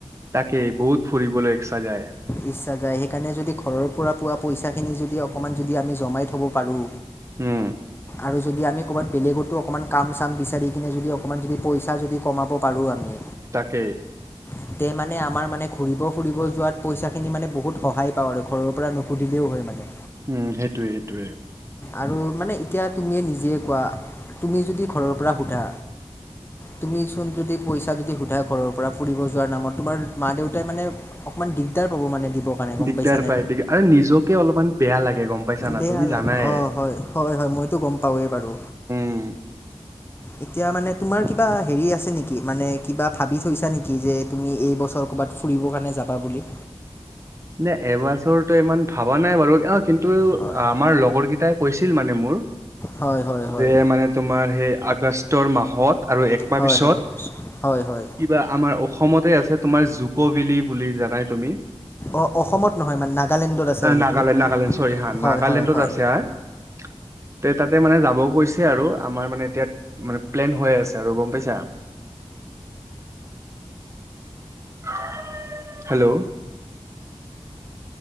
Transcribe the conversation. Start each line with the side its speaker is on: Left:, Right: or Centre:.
Right: তাকেই বহুত ফুৰিবলৈ ইচ্ছা যায়।
Left: ইচ্ছা যায় সেইকাৰণে যদি ঘৰৰ পৰা পোৱা পইচাখিনি যদি অকণমান যদি আমি জমাই থ'ব পাৰোঁ।
Right: উম
Left: আৰু যদি আমি ক'ৰবাত বেলেগতো অকণমান কাম-চাম বিচাৰি কিনে যদি অকণমান যদি পইচা যদি কমাব পাৰোঁ আমি।
Right: তাকেই
Left: তেতিয়া মানে আমাৰ মানে ঘূৰিব ফুৰিব যোৱাত পইচাখিনি মানে বহুত সহায় পাওঁ আৰু ঘৰৰ পৰা নুখুজিলেও হয় মানে
Right: উম সেইটোৱেই-সেইটোৱেই
Left: আৰু মানে এতিয়া তুমিয়ে নিজে কোৱা তুমি যদি ঘৰৰ পৰা খোজা তুমি চোন যদি পইচা যদি খোজাই ঘৰৰ পৰা ফুৰিব যোৱাৰ নামত তোমাৰ মা দেউতাই মানে ইমান দিগদাৰ পাব মানে দিবৰ কাৰণে গম
Right: দিগদাৰ
Left: পাইছানে
Right: পায় আৰু নিজকে অলপমান বেয়া লাগে। গম পাইছা না
Left: বেয়া
Right: তুমি
Left: লাগে
Right: জানাই।
Left: অ হয় হয় হয় মইতো গম পাওৱেই বাৰু
Right: উম।
Left: এতিয়া মানে তোমাৰ কিবা হেৰি আছে নেকি মানে কিবা ভাবি থৈছা নেকি যে তুমি এইবছৰ ক'ৰবাত। ফুৰিবৰ কাৰণে যাবা বুলি
Right: <inaudible> নে এবছৰটো ইমান ভবা নাই বাৰু অ কিন্তু
Left: হয়
Right: আমাৰ লগৰকেইটাই কৈছিল মানে মোৰ
Left: হয় হয় হয়
Right: যে মানে তোমাৰ সেই আগষ্টৰ মাহত আৰু একমাহৰ
Left: হয়
Right: পিছত
Left: হয় হয় হয়
Right: কিবা আমাৰ অসমতে আছে। তোমাৰ জুকবিলি বুলি জানাই তুমি
Left: অ অসমত নহয় মানে নাগালেণ্ডত আছে
Right: আ,
Left: সেইটো
Right: নাগালেণ্ড নাগালেণ্ড চৰি হা
Left: হয়
Right: নাগালেণ্ডত
Left: হয় হয়।
Right: আছে হা <unintelligible> তে তাতে মানে যাবও কৈছে আৰু আমাৰ মানে এতিয়া মানে প্লেন হৈ আছে আৰু গম পাইছা। <inaudible> হেল্ল'